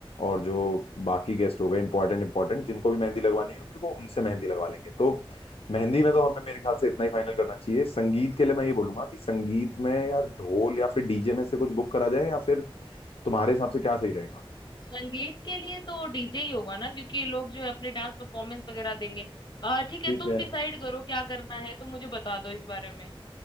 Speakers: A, on the left; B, on the left.
A: और जो बाकी गेस्ट हो गए इंपॉर्टेंट इंपॉर्टेंट जिनको भी मेहंदी लगवानी होगी वो उनसे मेहंदी लगवा लेंगे तो मेहंदी में तो हमें मेरे ख्याल से इतना ही फाइनल करना चाहिए संगीत के लिए मैं ये बोलूंगा कि संगीत में यार ढोल या फिर डीजे में से कुछ बुक करा जाए या फिर तुम्हारे हिसाब से क्या सही रहेगा
B: संगीत के लिए तो डीजे ही होगा ना क्योंकि ये लोग जो है अपने डांस परफॉर्मेंस वगैरह देंगे अ, ठीक
A: ठीक
B: है तुम
A: है
B: डिसाइड करो क्या करना है तुम मुझे बता दो इस बारे में